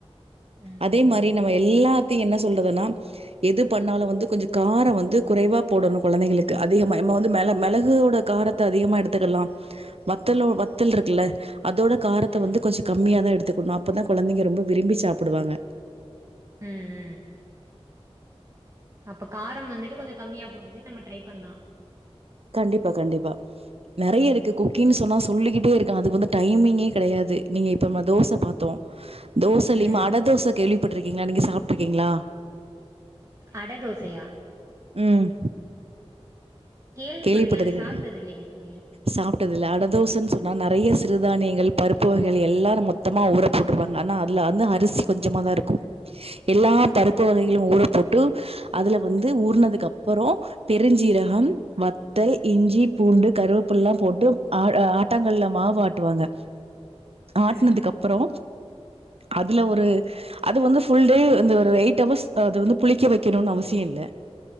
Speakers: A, on the right (about 30°); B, on the right (about 65°).
A: ம்
B: அதே மாரி
A: ஓகே
B: நம்ம எல்லாத்தையு
A: தோழி
B: என்ன சொல்றதுன்னா எது பண்ணாலு வந்து கொஞ்சோ கார வந்து குறைவா போடணு கொழந்தைங்களுக்கு அதிகமா எம்ம வந்து மிள மிளகோட காரத் த அதிகமா எடுத்துக்கலாம் வத்தலு வத்தல் இருக்குல்ல அதோட காரத்த
A: ம்
B: வந்து கொஞ்சோ கம்மியா தா எடுத்துக்கணு அப்போ தா குழந்தைங்க ரொம்ப விரும்பி சாப்பிடுவாங்க
A: ம் ம் அப்ப காரம் வந்துட்டு கொஞ்சோ கம்மியா போட்டுட்டு நம்ம ட்ரை பண்லா
B: கண்டிப்பா கண்டிப்பா நிறைய இருக்கு குக்கின் சொன்னால் சொல்லிக்கிட்டே இருக்லா அதுக்கு வந்து டைமிங்கே கிடையாது நீங்க இப்போ நம தோசை பாத்தோ தோசலிம்
A: ம்
B: அட தோச கேள்விப்பட்டிருக்கீங்ளா நீங்க சாப்ட்டுருக்கீங்ளா
A: அட தோசையா
B: ம்
A: கேள்விப்பட்டுக்கே
B: கேள்விப்பட்டது
A: ஆனா சாப்ட்டது
B: கெடை
A: இல்லையே தோழி
B: சாப்ட்டதில்ல அடதோசன் சொன்னா நெறய சிறுதானியங்கள் பருப்பு வகைகள் எல்லாரொ மொத் தமா ஊற போட்ருவாங்க ஆனா அதுல வந்து அரிசி கொஞ்சோமாதா இருக்கு எல்லா
A: ம்
B: பருப்பு வகை கள ஊறப்போட்டு அதுல வந்து ஊர்னதுக்கு அப்பறோ பெருஞ்சீரகம் வத்தல் இஞ்சி பூண்டு கருவேப்புல்லா போட்டு ஆ ஆட்டங்கல்ல மாவு ஆட்டுவாங்க
A: ம்
B: ஆட்டனதுக்கு அப்புறோ அதுல ஒரு அது வந்து ஃபுல் டே இந்த ஒரு எயிட் அவர்ஸ் அது வந்து புளிக்க வைக்கணுனு அவசியோ இல்ல